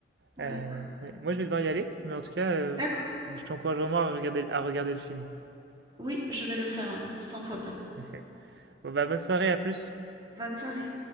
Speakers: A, on the right; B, on the right.
A: Ouais.
B: Euh, ouais. Moi, je vais devoir y aller, mais en tout cas, euh,
A: D'accord.
B: je t'encourage vraiment à regarder, à regarder le film.
A: Oui, je vais le faire, hein, sans faute.
B: <laughs> Bon, bah, bonne soirée, à plus.
A: Bonne soirée.